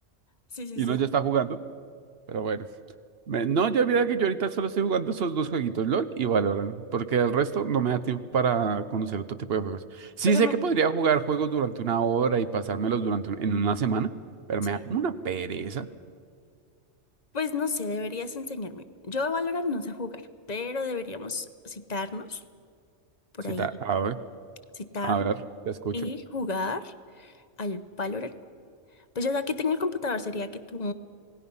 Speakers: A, on the left (about 35°); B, on the right (about 55°).
A: Sí, sí,
B: Y
A: sí,
B: uno ya
A: sí.
B: está jugando. Pero bueno. Me- No, yo mira que yo ahorita solo estoy jugando esos dos jueguitos, LOL y Valorant, porque el resto no me da tiempo para conocer otro tipo de juegos. Sí
A: Pues a
B: sé
A: mí-
B: que podría jugar juegos durante una hora y pasármelos durante un- en una semana, pero
A: sí.
B: me da como una pereza.
A: Pues no sé, deberías enseñarme. Yo a Valorant no sé jugar, pero deberíamos citarnos por
B: Sí,
A: ahí,
B: ta- a ver,
A: citarnos
B: a ver, te escucho.
A: y jugar al Valorant. Pues yo ya que tengo el computador sería que tú...